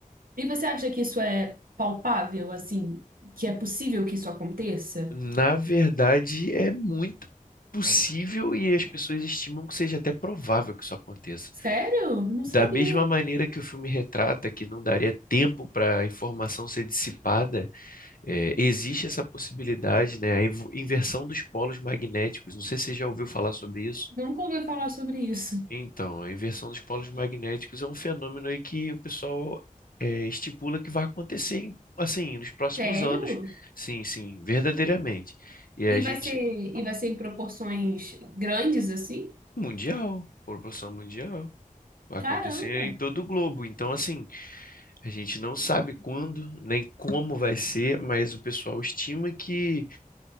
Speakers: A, on the right; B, on the left.
A: e você acha que isso é palpável assim, que é possível que isso aconteça?
B: Na verdade, é muito possível e as pessoas estimam que seja até provável que isso aconteça.
A: Sério? Não sabia.
B: Da mesma maneira que o filme retrata que não daria tempo para a informação ser dissipada, eh, existe essa possibilidade, né? A invo- inversão dos polos magnéticos. Não sei se você já ouviu falar sobre isso.
A: Nunca ouvi falar sobre isso.
B: Então, a inversão dos polos magnéticos é um fenômeno aí que o pessoal eh, estipula que vai acontecer, em- assim, nos próximos
A: Sério?
B: anos. Sim, sim, verdadeiramente. E a
A: E
B: gente
A: vai ser, e vai ser em proporções grandes assim?
B: Mundial, proporção mundial. Vai
A: Caramba,
B: acontecer em todo o globo. Então, assim, a gente não sabe quando nem como vai ser, mas o pessoal estima que